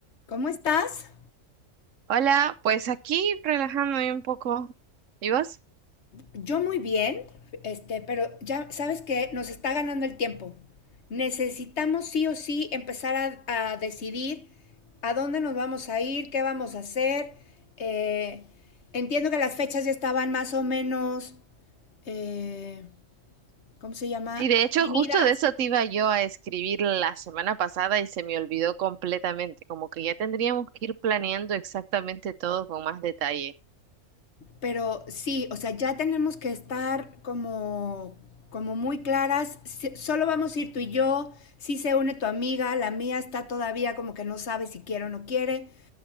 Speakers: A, on the left; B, on the right.
A: ¿Cómo estás?
B: Hola, pues aquí relajándome un poco. ¿Y vos?
A: Yo muy bien, este, pero ya sabes que nos está ganando el tiempo. Necesitamos sí o sí empezar a, a decidir a dónde nos vamos a ir, qué vamos a hacer. Eh, entiendo que las fechas ya estaban más o menos, eh, ¿cómo se llama?
B: Sí, de hecho,
A: Definidas.
B: justo de eso te iba yo a escribir la semana pasada y se me olvidó completamente, como que ya tendríamos que ir planeando exactamente todo con más detalle.
A: Pero sí, o sea, ya tenemos que estar como, como muy claras. Si- solo vamos a ir tú y yo. Si se une tu amiga, la mía está todavía como que no sabe si quiere o no quiere.